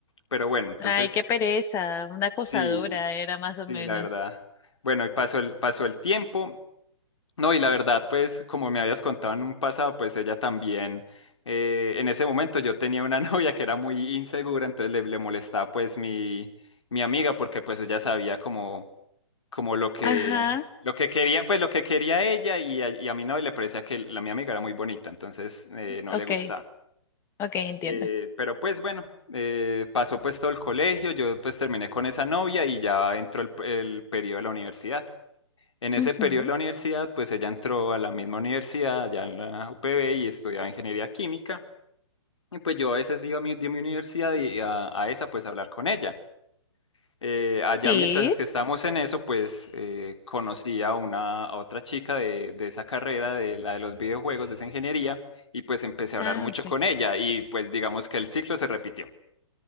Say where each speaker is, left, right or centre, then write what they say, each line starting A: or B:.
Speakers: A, on the left (about 70°); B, on the left (about 15°).
A: pero bueno, entonces
B: Ay, qué pereza, una acosadora
A: sí
B: era más
A: sí
B: o menos.
A: la verdad. Bueno, y pasó el pasó el tiempo. No, y la verdad pues como me habías contado en un pasado, pues ella también eh, en ese momento yo tenía una <laughs> novia que era muy insegura, entonces le, le molestaba pues mi mi amiga porque pues ella sabía como como lo que,
B: Ajá,
A: lo que quería, pues lo que quería ella y a, y a mí no le parecía que la mi amiga era muy bonita, entonces eh, no
B: ok,
A: le gustaba.
B: ok, entiendo.
A: Eh, pero pues bueno, eh, pasó pues todo el colegio, yo pues terminé con esa novia y ya entró el, el periodo de la universidad. En ese
B: Ujú.
A: periodo de la universidad, pues ella entró a la misma universidad, ya en la UPB y estudiaba ingeniería química. Y pues yo a veces iba a mi, de mi universidad y a, a esa pues a hablar con ella. Eh, allá
B: Sí.
A: mientras es que estábamos en eso, pues eh, conocí a una a otra chica de, de esa carrera, de la de los videojuegos, de esa ingeniería, y pues empecé a hablar
B: Ah,
A: mucho
B: ok.
A: con ella y pues digamos que el ciclo se repitió.